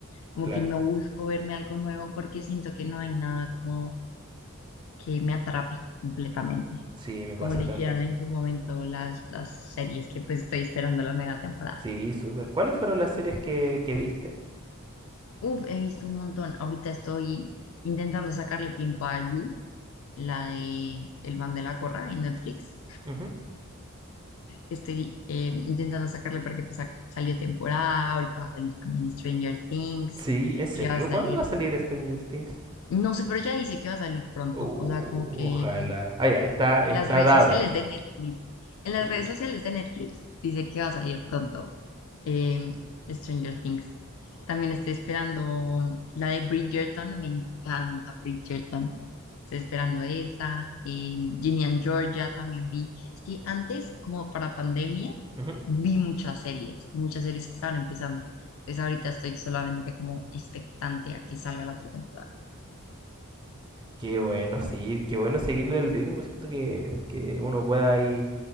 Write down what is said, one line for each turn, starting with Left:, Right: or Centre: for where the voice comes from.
Left: Como
Right: Claro,
Left: que no busco verme algo nuevo porque siento que no hay nada como que me atrape completamente,
Right: sí, me
Left: como
Right: pasa
Left: lo
Right: también.
Left: hicieron en su momento las, las series que pues estoy esperando la mega temporada.
Right: Sí, súper. ¿Cuáles fueron las series que, que viste?
Left: Uf, he visto un montón. Ahorita estoy intentando sacarle tiempo a You, la de El Van de la Corra en Netflix.
Right: Ujú.
Left: Estoy eh, intentando sacarle porque pues, sa- salió temporada, ahorita va a salir también Stranger Things,
Right: Sí, ¿en serio?
Left: que va a salir,
Right: ¿Cuándo va a salir Stranger Things?
Left: no sé, pero ya dice que va a salir pronto,
Right: Oh,
Left: o sea, como que
Right: ojalá. Ah, ya, está, está
Left: En las redes
Right: dado.
Left: sociales de Netflix. En las
Right: Uh.
Left: redes sociales de Netflix dice que va a salir pronto eh, Stranger Things. También estoy esperando la de Bridgerton. Me encanta Bridgerton. Estoy esperando esa. Eh, Ginny and Georgia también vi. Es que antes, como para pandemia,
Right: Ujú.
Left: vi muchas series, muchas series que estaban empezando. Entonces ahorita estoy solamente como expectante a que salga la otra temporada.
Right: Qué bueno, sí, qué bueno seguirle el ritmo, ¿cierto? Que, que uno pueda ahí